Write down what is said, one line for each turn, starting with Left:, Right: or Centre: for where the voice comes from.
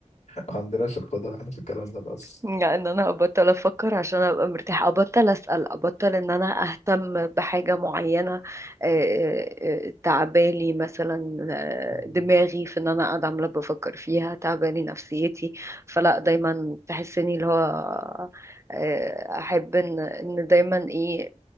Left: ما عندناش القدره احنا في الكلام ده اصلا
Right: يعني ان انا ابطل افكر عشان ابقى مرتاحه ابطل اسال ابطل ان انا اهتم بحاجه معينه آه، آه، آه، تعبالي مثلا آه،
Left: امم
Right: دماغي في ان انا قاعده عماله بفكر فيها تعبالي نفسيتي فلا دايما تحسني اللي هو آه، احب ان ان دايما ايه